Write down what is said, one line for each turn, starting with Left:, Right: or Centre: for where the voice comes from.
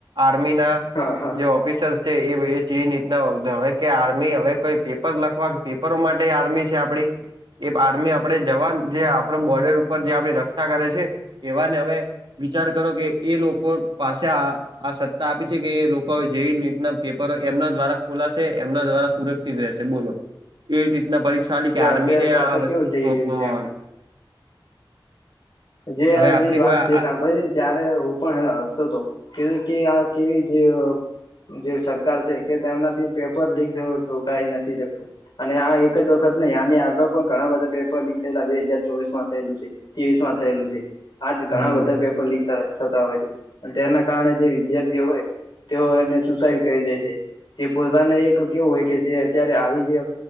Right: આર્મી ના
Left: હા હા
Right: જે ઓફિસર છે એ જી ના હવે કે આર્મી હવે કોઈ પેપર લખવા કે પેપરો માટે આર્મી છે આપડી એ બાર્મી આપ આપણે જવાન જે આપડે બોર્ડર ઉપર જે આપણી રક્ષા કરે છે એવાને હવે વિચાર કરો કે એ લોકો પાસે આ આ સત્તા આપી છે કે એ લોકો જેઈ નીટ પેપર એમના દ્વારા ખોલાશે એમના દ્વારા સુર સીધ રહેશે બોલો એ રીતના પરીક્ષાઆલી
Left: તો
Right: કે આર્મી
Left: અત્યારે
Right: ને
Left: તો
Right: આ
Left: તો
Right: વસ્તુ
Left: કેવું થઈ
Right: સોંપવામાં
Left: રહ્યું છે આ
Right: આવે
Left: જે
Right: હવે
Left: આ
Right: આપડી
Left: જે વાત
Right: કોઈ આ
Left: તે સાંભળી છે ન ત્યારે હું પણનો હસ્તો તો કેવી કે આ કેવી જેઅ જે સરકાર છે કે તેમનાથી પેપર લીક થયું તો કઈ નથી શકતું. અને આ એક જ વખત નહીં આની આગળ પણ ઘણા બધા પેપર લીક થયેલા બે હજાર ચોવીસ માં થયેલું છે તેવીસ માં થયેલું છે આજ
Right: હમ
Left: ઘણા બધા ક લીક થતા હોય છે તેના કારણે જે વિદ્યાર્થીઓ હોય તેઓ એને સુસાઈડ કરી દે છે તે પોતાને એક કેવું હોય કે જે અત્યારે આવી જે